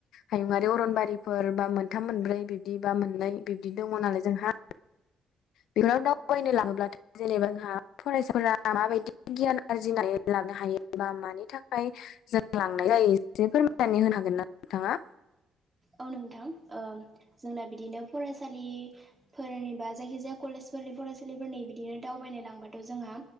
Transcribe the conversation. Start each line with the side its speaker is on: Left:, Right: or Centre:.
Left: हायुंङारि अरनबारिफोर बा मोनथाम मोनब्रै बिब्दि बा मोननै बिब्दि दङ नालाय जोंहा बेफोरनाव दावबायनो लाङोब्लाथाय जेनेबा जोंहा फरायसाफोरा माबायदि गियान आरजिनानै लानो हायोबा मानि थाखाय जों लांनाय जायो ए फोरमायनानै होनो हागोन ना नोंथाङा?
Right: औ नोंथां ओ जोंना बिदिनो फरायसालि फोरनि बा जायखिजाया कलेजफोरनि फरायसालिफोरनि बिदिनो दावबायनाय लांबाथ' जोंहा